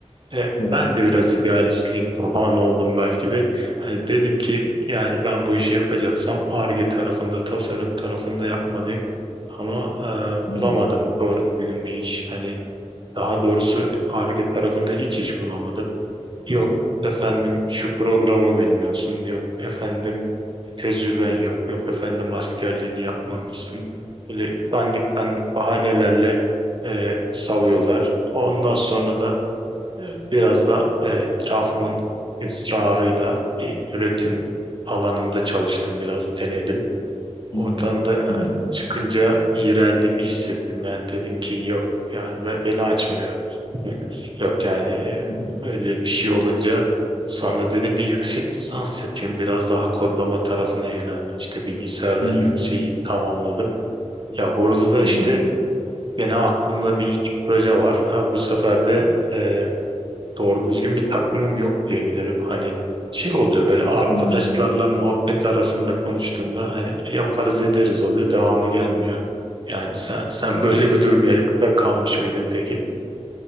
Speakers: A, on the right; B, on the left.
A: E,
B: hı
A: ben
B: hı,
A: de biraz idealistliğin kurbanı oldum belki de. Hani dedim ki yani ben bu işi yapacaksam Ar-Ge tarafında, tasarım tarafında yapmalıyım. Ama e,
B: hı hı,
A: bulamadım doğru düzgün bir iş. Hani daha doğrusu Ar-Ge tarafında hiç iş bulamadım. Yok efendim şu programı bilmiyorsun. Yok efendim tecrüben yok. Yok efendim askerliğini yapmamışsın. Böyle dandik dandik bahanelerle e, savuyorlar. Ondan sonra da Biraz da e, etrafımın ısrarıyla bir üretim alanında çalıştım biraz denedim. Oradan
B: hı hı,
A: da e,
B: hı hı,
A: çıkınca iğrendiğimi hissettim. Yani dedim ki yok yani be- beni açmıyor. Yok yani e,
B: hı
A: öyle bir şey olunca sonra dedim bir yüksek lisans yapayım. Biraz daha kodlama tarafına yöneldim. İşte bilgisayardan
B: hı,
A: yükseği tamamladım. Ya burada da işte
B: hı hı,
A: gene aklımda bir iki proje var. Ha, bu sefer de e, doğru düzgün bir takımım yok diyebilirim. Hani şey oluyor böyle arkadaşlarla
B: hı hı.
A: muhabbet arasında konuştuğunda hani yaparız ederiz oluyor devamı gelmiyor. Yani sen, sen
B: Evet.
A: böyle bir durumda kalmış mıydın peki?